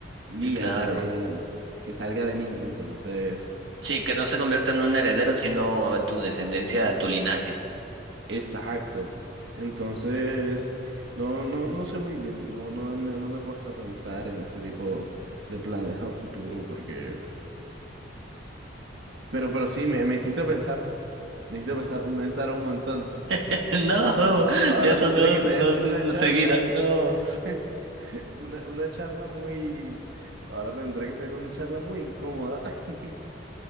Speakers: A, on the right (about 65°); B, on the right (about 80°).
A: mía
B: Sí, claro.
A: de que salga de mí, entonces
B: Sí, que no se convierta en un heredero, sino en tu descendencia, tu linaje.
A: Exacto. Entonces, no, no, no sé muy bien, no, no me, no me he puesto a pensar en ese tipo de planes a futuro porque, pero, pero sí, me, me hiciste pensar, me hiciste pensar, pensar un montón.
B: <laughs> No,
A: A- Ahora
B: ya son
A: tendré
B: dos,
A: que tener
B: dos
A: una
B: veces
A: charla,
B: seguidas, no.
A: <laughs> una, una charla muy, ahora tendré que tener una charla muy incómoda. <laughs>